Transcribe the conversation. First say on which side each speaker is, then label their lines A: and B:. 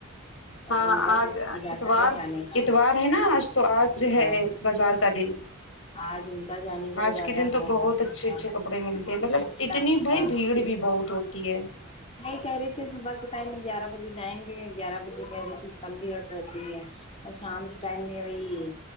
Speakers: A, on the left (about 75°); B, on the left (about 30°).
A: ہاں
B: ان کا
A: آج
B: ارادہ
A: اتوار
B: ہے جانے کا
A: اتوار ہے نا آج تو آج ہے
B: ہاں
A: بازار کا دن
B: آج ان کا جانے کا
A: آج
B: ارادہ
A: کے دن تو
B: ہے
A: بہت
B: آپی
A: اچھے
B: کا
A: اچھے کپڑے ملتے ہیں مطلب
B: شکیلا
A: اتنی
B: آپی
A: بھائی
B: کا
A: بھیڑ بھی بہت ہوتی ہے
B: نہیں کہہ رہی تھی صبح کے ٹائم میں گیارہ بجے جائیں گے گیارہ بجے کہہ رہی تھی کم بھیڑ رہتی ہے اور شام کے ٹائم میں وہی